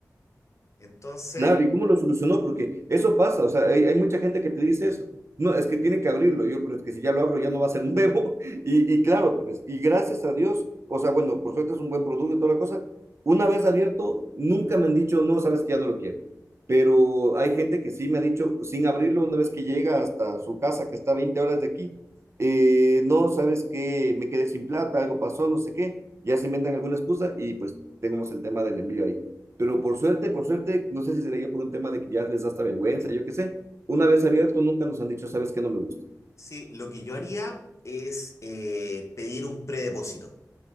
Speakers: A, on the left; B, on the right.
A: Entonces,
B: Claro, ¿y cómo lo solucionó? Porque eso pasa, o sea, hay, hay mucha gente que te dice eso. No, es que tiene que abrirlo. Y yo, pero es que si ya lo abro ya no va a ser nuevo. <laughs> Y, y claro, pues, y gracias a Dios, o sea, bueno, por suerte es un buen producto y toda la cosa. Una vez abierto, nunca me han dicho, no, sabes que ya no lo quiero. Pero hay gente que sí me ha dicho, sin abrirlo, una vez que llega hasta su casa, que está a 20 horas de aquí, eh, no, sabes que me quedé sin plata, algo pasó, no sé qué. Ya se inventan alguna excusa y pues tenemos el tema del envío ahí. Pero por suerte, por suerte, no sé si sería por un tema de que ya les da hasta vergüenza, yo qué sé. Una vez abierto, nunca nos han dicho, ¿sabes qué? No me gusta.
A: sí, lo que yo haría es eh, pedir un predepósito.